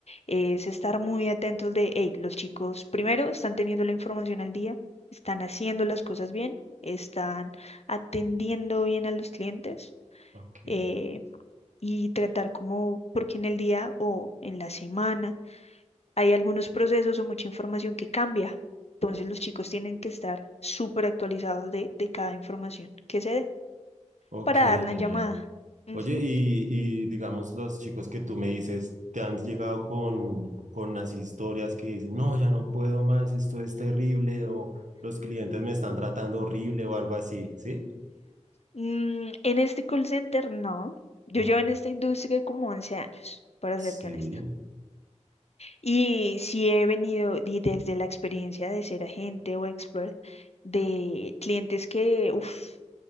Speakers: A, on the left; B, on the right.
A: es estar muy atentos de, hey, los chicos primero están teniendo la información al día, están haciendo las cosas bien, están atendiendo bien a los clientes
B: ok,
A: eh, y tratar como, porque en el día o en la semana hay algunos procesos o mucha información que cambia. Entonces los chicos tienen que estar súper actualizados de, de cada información que se dé
B: ok,
A: para dar la
B: genial.
A: llamada. Ujú.
B: Oye, y, y digamos, los chicos que tú me dices, te han llegado con, con las historias que dicen, no, ya no puedo más, esto es terrible, o los clientes me están tratando horrible o algo así, ¿sí?
A: Mm, en este call center no. Yo
B: Uf,
A: llevo en esta industria como 11 años, para
B: sí,
A: serte honesta. Y sí he venido y desde la experiencia de ser agente o expert de clientes que, uff,